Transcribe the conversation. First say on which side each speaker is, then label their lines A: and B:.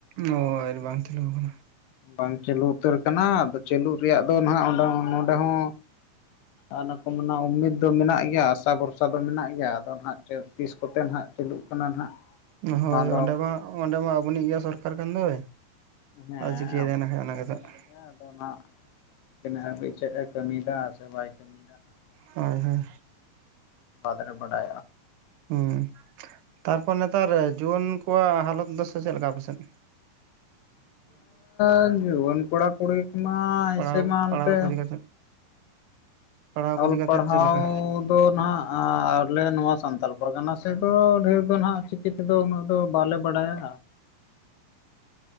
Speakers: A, on the right; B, on the left.
A: ᱦᱚᱭ ᱵᱟᱝ ᱪᱟᱞᱩ ᱠᱟᱱᱟ
B: ᱵᱟᱝ ᱪᱟᱹᱞᱩ ᱩᱛᱟᱹᱨ ᱠᱟᱱᱟ ᱟᱫᱚ ᱪᱟᱹᱞᱩ ᱨᱮᱭᱟᱜ ᱫᱚ ᱱᱟᱜ ᱱᱚᱰᱮ ᱦᱚᱸ᱾ ᱚᱱᱟ ᱠᱚᱢᱟ ᱩᱢᱤᱫ ᱫᱚ ᱢᱮᱱᱟᱜ ᱜᱮᱭᱟ ᱟᱥᱟ ᱵᱷᱚᱨᱥᱟ ᱫᱚ ᱢᱮᱱᱟᱜ ᱜᱮᱭᱟ ᱟᱫᱚ ᱱᱟᱦᱟᱜ ᱛᱤᱥ ᱠᱚᱛᱮ ᱱᱟᱦᱟᱜ᱾ ᱪᱟᱹᱞᱩᱜ ᱠᱟᱱᱟ ᱱᱟᱦᱟᱜ
A: ᱦᱳᱭ
B: ᱱᱚᱣᱟ
A: ᱚᱸᱰᱮ ᱢᱟ ᱚᱸᱰᱮ ᱢᱟ ᱟᱵᱚᱱᱤᱡ ᱜᱮ ᱥᱚᱨᱠᱟᱨ ᱠᱟᱱ ᱫᱚᱭ᱾
B: ᱫᱚ ᱦᱮᱸ
A: ᱪᱤᱠᱟᱭ
B: ᱟᱵᱚ
A: ᱫᱟ ᱚᱱᱟ ᱜᱮᱛᱚᱜ
B: ᱠᱟᱱ
A: ᱦᱟᱜ
B: ᱟᱫᱚ ᱱᱟᱜ ᱛᱤᱱᱟᱹᱜ ᱦᱟᱹᱵᱤᱡ ᱪᱮᱫ ᱮ ᱠᱟᱹᱢᱤᱭᱮᱫᱟ ᱥᱮ ᱵᱟᱭ ᱠᱟᱹᱢᱤᱭᱮᱫᱟ ᱦᱟᱜ᱾
A: ᱦᱳᱭ ᱦᱳᱭ
B: <inaudible> ᱵᱟᱰᱟᱭᱚᱜᱼᱟ
A: ᱦᱩᱸ ᱛᱟᱨᱯᱚᱨ ᱱᱮᱛᱟᱨ ᱡᱩᱣᱟᱹᱱ ᱠᱚᱣᱟᱜ ᱦᱟᱞᱚᱛ ᱫᱚᱥᱟ ᱪᱮᱫ ᱞᱮᱠᱟ ᱟᱯᱮᱥᱮᱫ᱾
B: ᱮᱸ ᱡᱩᱣᱟᱹᱱ ᱠᱚᱲᱟ ᱠᱩᱲᱤ ᱠᱚᱢᱟ
A: ᱯᱟᱲᱦᱟᱣ
B: ᱮᱥᱮ ᱢᱟ
A: ᱯᱟᱲᱦᱟᱣ
B: ᱛᱮ
A: ᱠᱚ ᱤᱫᱤ ᱠᱟᱛᱮᱫ ᱯᱟᱲᱦᱟᱣ ᱠᱚ
B: ᱚᱞ
A: ᱤᱫᱤ ᱠᱟᱛᱮᱫ
B: ᱯᱟᱲᱦᱟᱣ
A: ᱪᱮᱫ ᱞᱮᱠᱟ
B: ᱛᱚ ᱱᱟᱦᱟᱜ ᱟᱞᱮ ᱱᱚᱣᱟ ᱥᱟᱱᱛᱟᱲ ᱯᱚᱨᱜᱟᱱᱟ ᱥᱮᱫ ᱫᱚ ᱰᱷᱮᱨ ᱫᱚ ᱱᱟᱦᱟᱜ ᱪᱤᱠᱤ ᱪᱤᱠᱤ ᱫᱚ ᱩᱱᱟᱹᱜ ᱫᱚ ᱵᱟᱞᱮ ᱵᱟᱲᱟᱭᱟ